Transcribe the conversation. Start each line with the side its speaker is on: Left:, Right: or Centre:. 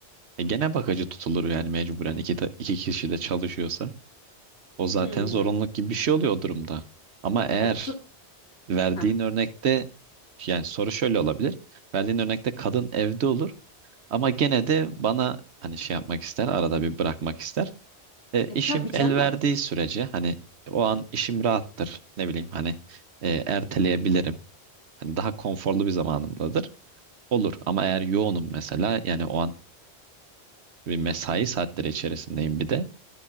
Right: E, gene bakıcı tutulur yani mecburen iki, ta- iki kişi de çalışıyorsa. O zaten
Left: Hmm.
Right: zorunluluk gibi bir şey oluyor o durumda. Ama eğer
Left: Ha, tut.
Right: verdiğin
Left: Ha.
Right: örnekte yani soru şöyle olabilir. Verdiğin örnekte kadın evde olur ama gene de bana hani şey yapmak ister arada bir bırakmak ister. E,
Left: E
Right: işim
Left: tabii canım.
Right: el verdiği sürece hani o an işim rahattır. Ne bileyim hani e, erteleyebilirim. Hani daha konforlu bir zamanımdadır. Olur ama eğer yoğunum mesela yani o an bir mesai saatleri içerisindeyim bir de.